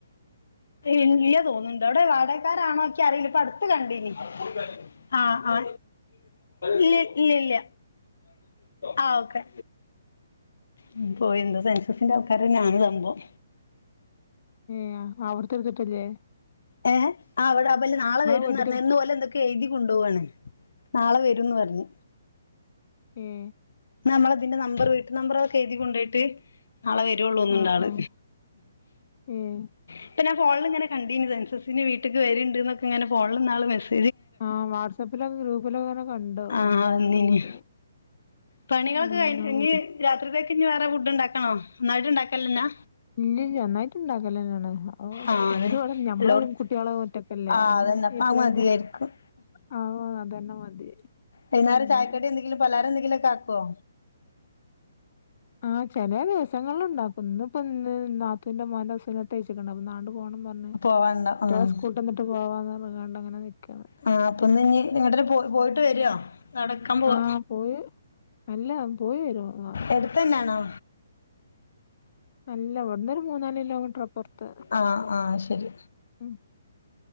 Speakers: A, on the left; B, on the left.
A: ഇല്ല്യ തോന്നുന്നുണ്ട് അവിടെ വാടകക്കാരാണോക്കെ അറിയില്ല ഇപ്പ അടുത്ത് കണ്ടിനി. ആഹ്, ആ, ഇല്ല, ഇല്ല, ഇല്ല. ആ ഓക്കെ. ഉം പോയിന്തൊ. സെൻസിന്റെ ആൾക്കാരെ ഞാന് <unintelligible>
B: ആ അവിടെത്തെടുതിട്ടില്ലേ.
A: ഏ അവിടെ അപ്പല നാളെ വരുംന്ന്
B: വീട്ടിത്തെ
A: പറഞ്ഞ ഇന്ന്ഓല് എന്തൊക്കെ എഴുതി കൊണ്ടോവാണ്. നാള വരുംന്ന് പറഞ്ഞ്.
B: ഉം.
A: നമ്മള അതിന്റെ നമ്പർ വീട്ട് നമ്പറോക്കെ എഴുതി കൊണ്ടോയിട്ട് നാളെ വരുള്ളൂ ഒന്നുംന്ത
B: ആഹ്
A: ആള്.
B: ആഹ് ഏഹ്
A: ഇപ്പ ഞാ ഫോണിലിങ്ങനെ കണ്ടീനി സെൻസസ്. പിനി വീട്ടിക്ക് വരുണ്ട് എന്നൊക്കെ ഇങ്ങനെ ഫോണിലിന്നാള് മെസെ
B: ആഹ് വാട്സപ്പില ഗ്രൂപ്പിലൊക്കെങ്ങനെ കണ്ടു
A: ആഹ്
B: അമ്മനെ
A: വന്നീനി
B: വീട്ടു
A: പണികളൊക്കെ
B: നിങ്ങള്
A: കഴി ഇനി രാത്രിത്തേക്ക് ഇനി വേറെ ഫുഡ്ണ്ടാക്കണോ? ഒന്നായിട്ട് ഉണ്ടാക്കലന്നാ.
B: ഇല്ലല്ല ഒന്നായിട്ട് ഇണ്ടാക്കലന്നെയാണ്. ഓ,
A: ആഹ് അതന്നെ
B: ഒരുപാട് ഞമ്മള
A: എല്ലോടത്തും
B: കുട്ട്യളെ ഒറ്റ എല്ലേ
A: ആഹ്
B: പിന്നെ
A: അതന്നെ അപ്പ
B: എപ്പളെ
A: അത് മതിയായിരിക്കും
B: ആ അതന്നെ മതി.
A: വൈന്നേരം
B: പിന്നെ
A: ചായക്കടി എന്തെങ്കിലും പലാര എന്തെങ്കിലൊക്കെആക്കുവോ?
B: ആഹ് ചെല ദെവസങ്ങള്ല് ഉണ്ടാക്കും. ഇന്ന്പ്പൊ ഇ നാത്തൂന്റെ മോന്റെ സുനതയിച്ചിട്ടണ്ട അപ്പൊനാണ്ടു പോണ ഇന്ന്
A: പോവാണ്ടോ
B: കുട്ട്യോളെ
A: ആഹ്
B: സ്കൂളട്ടന്നിട്ട് പോവാന്ന്പറഞ്ങ്ങാണ്ട് നിക്കാണ്.
A: ആ അപ്പൊന്ന് ഇനി നിങ്ങട്ട പോയിട്ട് വരുവോ? നടക്കാൻ പോവാ.
B: ആഹ് പോയി അല്ല പോയി വരും ആ,
A: എടുത്തെന്നാണോ?
B: അല്ല ഇവിടുന്നൊരു മൂന്ന്, നാല് കിലോമീറ്റർ അപ്പുറത്ത്
A: ആഹ്, ആഹ് ശരി.
B: ഉം